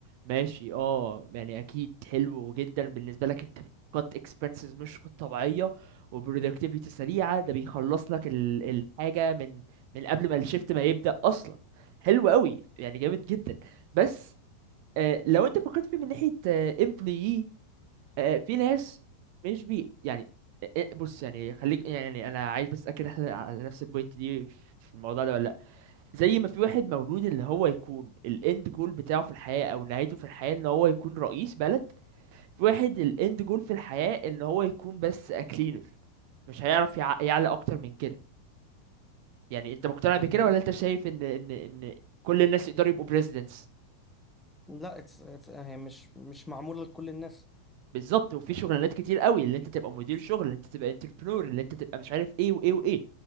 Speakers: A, on the right; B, in the centre.
A: ماشي اه يعني اكيد حلو جدا بالنسبه لك انت بتقط اكسبنسز مش طبيعيه وبرودكتيفيتي سريعه ده بيخلص لك ال- الحاجه من من قبل ما الشيفت ما يبدا اصلا حلو قوي يعني جامد جدا بس آه لو انت فكرت فيه من ناحيه امبلوي آه، في ناس مش بي يعني آه، آه، بص يعني خليك يعني انا عايز بس اتاكد احنا على نفس البوينت دي في الموضوع ده ولا لا زي ما في واحد مولود اللي هو يكون الاند جول بتاعه في الحياة او نهايته في الحياة ان هو يكون رئيس بلد في واحد الاند جول في الحياة ان هو يكون بس اكلينر مش هيعرف يع- يعلى اكتر من كده يعني انت مقتنع
B: تمام
A: بكده ولا انت شايف ان ان ان كل الناس يقدروا يبقوا presidents
B: لا it's, it's, هي مش مش معمولة لكل الناس
A: بالظبط وفي شغلانات كتير قوي اللي انت تبقى مدير شغل اللي انت تبقى انتربرنور اللي انت تبقى مش عارف ايه وايه وايه